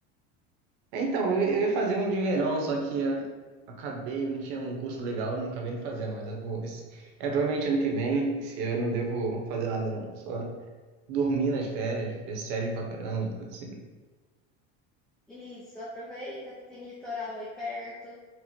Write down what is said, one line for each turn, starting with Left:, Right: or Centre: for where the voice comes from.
Right: É, então, eu, eu ia fazer um de verão, só que a- acabei, eu não tinha um curso legal, eu não acabei não fazendo, mas eu vou. Esse, é provavelmente ano que vem, esse ano eu não devo fazer nada, não. Só dormir nas férias, ver série pra caramba. tudo assim.
Centre: Isso, aproveita que tem litoral aí perto,